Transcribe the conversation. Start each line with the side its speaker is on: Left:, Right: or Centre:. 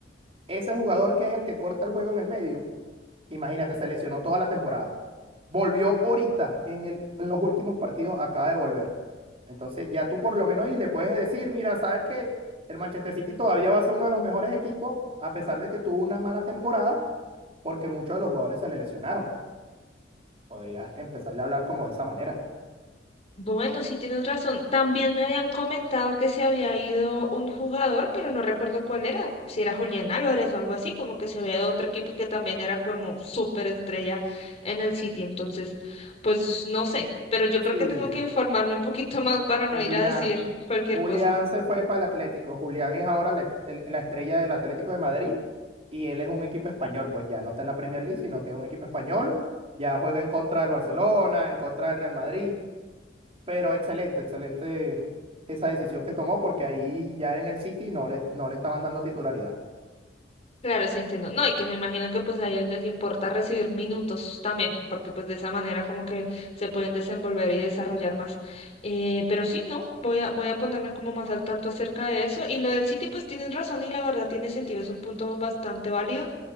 Right: ese jugador que es el que corta el juego en el medio Imagínate, se lesionó toda la temporada. Volvió ahorita en el, en los últimos partidos, acaba de volver. Entonces, ya tú por lo menos ahí le puedes decir, mira, sabes que el Manchester City todavía va a ser uno de los mejores equipos, a pesar de que tuvo una mala temporada, porque muchos de los jugadores se le lesionaron. Podrías empezarle a hablar como de esa manera.
Left: Bueno, sí tienes razón. También me habían comentado que se había ido un jugador, pero no recuerdo cuál era, si era Julián Álvarez o algo así, como que se había ido a otro equipo que también era como súper estrella en el City. Entonces, pues no sé, pero yo
Right: Sí,
Left: creo que tengo que informarme un poquito más para no
Right: Julián,
Left: ir a decir cualquier
Right: Julián
Left: cosa.
Right: se fue para el Atlético. Julián es ahora la, est- la estrella del Atlético de Madrid y él es un equipo español, pues ya no está en la Premier League, sino que es un equipo español. Ya juega en contra del Barcelona, en contra del Real Madrid, pero excelente, excelente esa decisión que tomó porque ahí ya en el City no le, no le estaban dando titularidad.
Left: Claro, sí entiendo. No, y que me imagino que pues a ellos les importa recibir minutos también, porque pues de esa manera como que se pueden desenvolver y desarrollar más. Eh, pero sí, no, voy a, voy a ponerme como más al tanto acerca de eso. Y lo del City, pues tienes razón y la verdad tiene sentido, es un punto bastante válido.